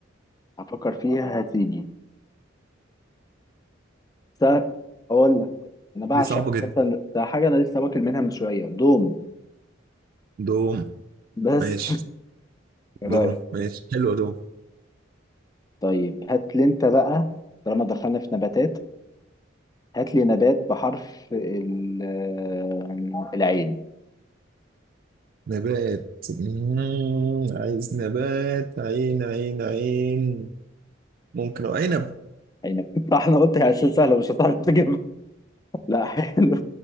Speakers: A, on the left; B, on the right.
A: هفكر فيها هتيجي س- اقول لك انا بعشق
B: دي صعبة
A: اساسا
B: جدا
A: ده حاجه انا لسه واكل منها من شويه دوم
B: دوم
A: بس
B: ماشي
A: <laughs> إيه رايك
B: دوم ماشي حلو دوم
A: طيب هات لي انت بقى طالما دخلنا في نباتات هات لي نبات بحرف ال- آه، العين
B: نبات مم. عايز نبات عين عين عين ممكن أو عنب
A: عنب <laughs> احنا قلت هي عشان سهله مش هتعرف تجيبها <laughs> لا حلو